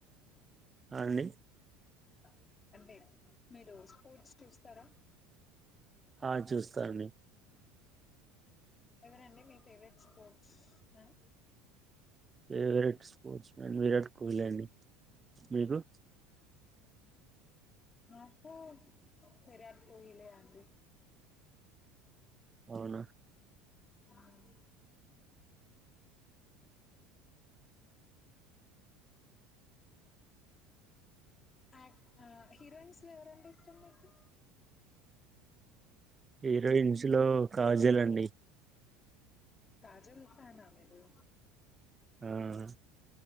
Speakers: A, on the right; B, on the left.
A: అండి.
B: <unintelligible> అంటే మీరు స్పోర్ట్స్ చూస్తారా.
A: ఆహ్ చూస్తానండి
B: ఎవరండి మీ favourite sportsman.
A: Favourite sportsman Virat Kohli అండి మీకు.
B: నాకా విరాట్ కోహ్లీలే అండి.
A: అవునా.
B: ఉమ్. యాక్ట్ ఆహ్ హీరోయిన్స్ లో ఎవరంటే ఇష్టం మీకు.
A: హీరోయిన్స్ లో కాజల్ అండి.
B: కాజల్ ఫ్యానా మీరు.
A: ఉమ్